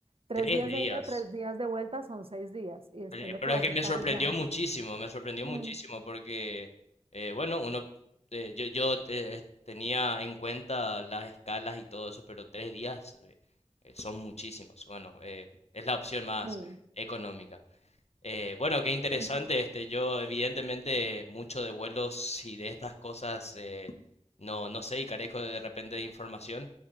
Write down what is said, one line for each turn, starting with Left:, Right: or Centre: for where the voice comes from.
Right: tres
Left: tres
Right: días
Left: días.
Right: de ida, tres días de vuelta son seis días y después
Left: Pues, Eh,
Right: lo
Left: Pero
Right: que vas
Left: es que
Right: a
Left: me
Right: estar
Left: sorprendió
Right: allá.
Left: muchísimo, me sorprendió
Right: Mm,
Left: muchísimo porque, eh, bueno, uno, eh, yo, yo eh, tenía en cuenta las escalas y todo eso, pero tres días eh, eh, son muchísimos. Bueno, eh, es la opción más
Right: mm,
Left: económica. Eh, bueno, qué interesante,
Right: mm.
Left: este, yo evidentemente mucho de vuelos y de estas cosas eh, no, no sé y carezco de, de repente de información,